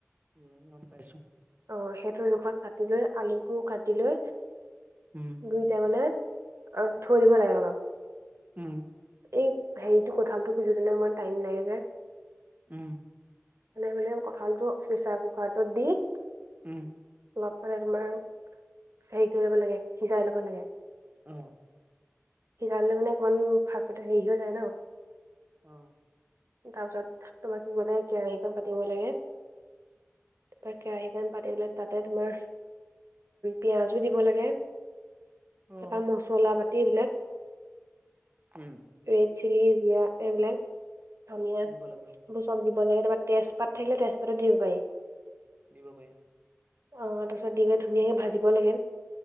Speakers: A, on the right; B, on the right.
A: উমঁ, গম পাইছো।
B: অঁ', সেইটোৰ জোখত কাটি লৈ আলুটো কাটি লৈ
A: উম।
B: দুইটাই মানে অঁ' থৈ দিব লাগে অলপ।
A: উমঁ।
B: এই হেৰিটো কঠাল টো কিছুদিনে ইমান টাইম লাগে যে।
A: উম।
B: মানে-মানে কঁঠালটো প্ৰেচাৰ কুকাৰটোত দি-
A: উম
B: অলপ মানে তোমাৰ হেৰি কৰি ল'ব লাগে সিজাই ল'ব লাগে।
A: উম।
B: সিজালে মানে অকণমান ফাষ্টত'তে হেৰি হৈ যায় ন।
A: অঁ'।
B: তাৰপিছত তোমাক কি ক'লে কেৰাহীখন পাতিব লাগে। তাৰপৰা কেৰাহীখনণ পাতি ল'লে তা'তে তোমাৰ পিঁয়াজো দিব লাগে।
A: অ
B: তাৰাপা মচলা পাতি এইবিলাক।
A: উম।
B: ৰেড চিল, জীয়া এইবিলাক ধুনীয়া
A: দিব লাগে অ
B: বস্তু। চব দিব লাগে তাৰপা তেজপাত থাকিলে তেজপাতো দিব পাৰি।
A: দিব পাৰিম।
B: অঁ', তাৰপিছত দি পেলাই ধুনীয়াকৈ ভাজিব লাগে।